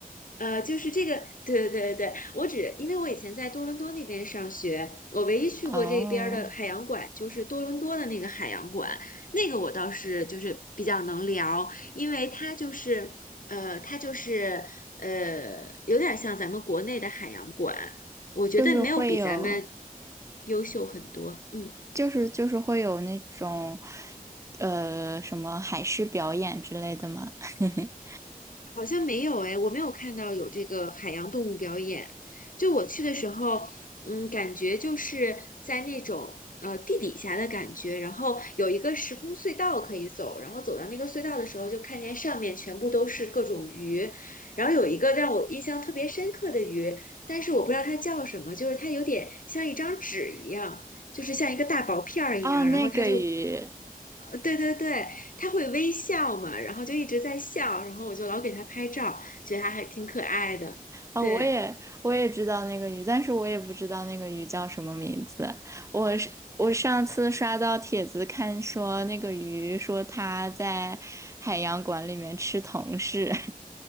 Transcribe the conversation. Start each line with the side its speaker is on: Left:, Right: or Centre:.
Left: 呃，就是这个，对对对对，我只因为我以前在多伦多那边上学，我唯一去过这边儿的海洋馆就是多伦多的那个海洋馆，
Right: 哦，
Left: 那个我倒是就是比较能聊，因为它就是呃，它就是呃，有点像咱们国内的海洋馆，我觉得没有比咱们
Right: 就是会有，
Left: 优秀很多，嗯。
Right: 就是就是会有那种，呃，什么海狮表演之类的吗？<laughs>
Left: 好像没有哎，我没有看到有这个海洋动物表演。就我去的时候，嗯，感觉就是在那种呃地底下的感觉，然后有一个时空隧道可以走，然后走到那个隧道的时候，就看见上面全部都是各种鱼，然后有一个让我印象特别深刻的鱼，但是我不知道它叫什么，就是它有点像一张纸一样，就是像一个大薄片儿一样，
Right: 哦，那个鱼，
Left: 然后它就呃对对对，他会微笑嘛，然后就一直在笑，然后我就老给他拍照，觉得他还挺可爱的。
Right: 哦，
Left: 对，
Right: 我也我也知道那个鱼，但是我也不知道那个鱼叫什么名字。我是我上次刷到帖子看说那个鱼说它在海洋馆里面吃同事，